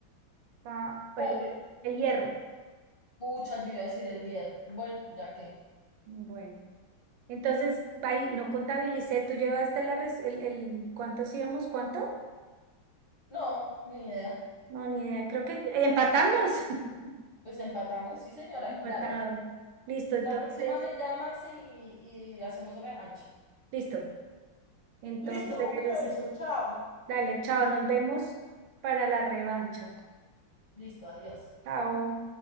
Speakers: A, on the right; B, on the left.
A: ah, perdón,
B: pobre.
A: el hierro.
B: Pucha, yo iba a decir el hierro. Bueno, ya que.
A: Bueno. Entonces, ahí no contabilicé, tú llevaste la res- el, el- ¿cuántos íbamos? ¿Cuánto?
B: No, ni idea.
A: No, ni idea, creo que empatamos. <laughs>
B: Pues empatamos, sí, señora.
A: Empatado.
B: Dale.
A: Listo, entonces,
B: La próxima me llamas y, y hacemos revancha.
A: listo. Entonces,
B: Listo, un beso, chao.
A: dale, chao, nos vemos para la revancha.
B: Listo, adiós.
A: Chao.